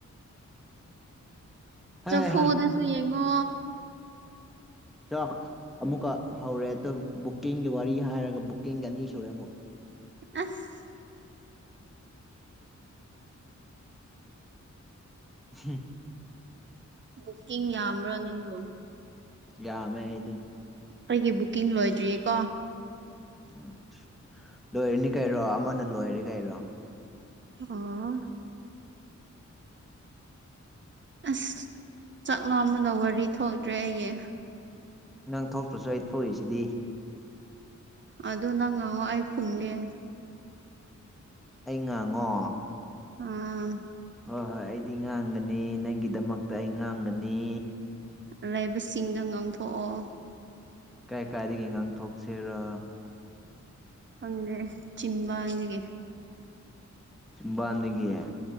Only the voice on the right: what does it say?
ꯆꯐꯨꯅꯁꯨ
ꯌꯦꯡꯉꯣ
ꯑꯁ
ꯕꯨꯛꯀꯤꯡ ꯌꯥꯝꯕ꯭ꯔꯣ ꯅꯪꯕꯣ
ꯑꯩꯒꯤ ꯕꯨꯛꯀꯤꯡ ꯂꯣꯏꯗ꯭ꯔꯤꯌꯦ ꯀꯣ
ꯑꯥ ꯑꯁ ꯆꯥꯛ ꯂꯥꯝꯕꯅ ꯋꯥꯔꯤ ꯊꯣꯛꯇ꯭ꯔꯦ ꯑꯩꯒꯤ
ꯑꯗꯨ ꯅꯪ ꯉꯥꯡꯉꯑꯣ ꯑꯩ ꯈꯨꯝꯒꯦ
ꯑ
ꯂꯩꯕꯁꯤꯡꯒ ꯉꯥꯡꯊꯣꯛꯑꯣ
ꯍꯪꯦ ꯆꯤꯟꯕꯥꯒ